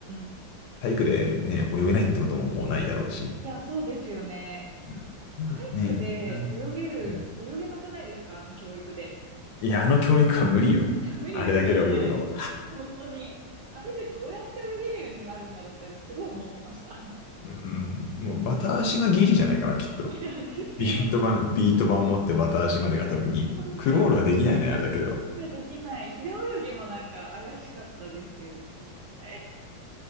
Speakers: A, on the right; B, on the left.
A: うん。
B: 体育でね、泳げないってことももうないだろうし。
A: いや、そうですよね。
B: うんまあね、
A: 体育で泳げる、
B: 一旦、うん
A: 泳げなくないですかあの教育で。
B: いや、あの教育は無理よ。
A: <laughs> 無理ですよね。
B: あれだけで泳ぐのは。
A: 本当に。あれってどうやって泳げるようになるんだろうってすごい思ってました。<laughs>
B: うん、もうバタ足がギリじゃないかな、きっと。
A: いや、ですよね。
B: ビート板、ビート板持ってバタ足までが多分ギリ。
A: 本当。
B: クロールはできないね、あれだけど。
A: いや、できない。平泳ぎもなんか怪しかったですよ。絶対